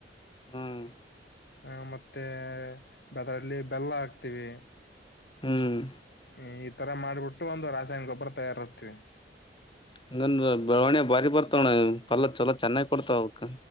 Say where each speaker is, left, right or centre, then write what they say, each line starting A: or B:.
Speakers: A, on the left; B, on the left.
A: ಹ್ಮ್
B: ಹ ಮತ್ತೇ ಅದ್ರಲ್ಲಿ ಬೆಲ್ಲ ಹಾಕ್ತೀವಿ
A: ಹ್ಮ್
B: ಮ್ ಈ ತರ ಮಾಡ್ಬಿಟ್ಟು ಒಂದು ರಾಸಾಯನ ಗೊಬ್ಬರ ತಯಾರುಸ್ತೀವಿ
A: ಹಂಗನ್ದ್ ಬೆಳವಣಿಗೆ ಬಾರಿ ಬರ್ <unintelligible> ಪಲ್ಲ ಚಲೋ ಚೆನ್ನಾಗ್ ಕೊಡ್ತಾವ ಅದಕ್